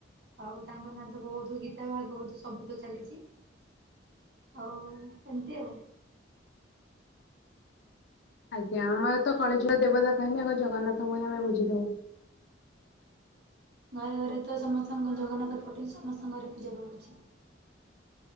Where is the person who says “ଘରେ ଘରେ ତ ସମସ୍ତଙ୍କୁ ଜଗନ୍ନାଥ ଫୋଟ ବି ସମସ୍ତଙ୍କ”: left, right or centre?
Right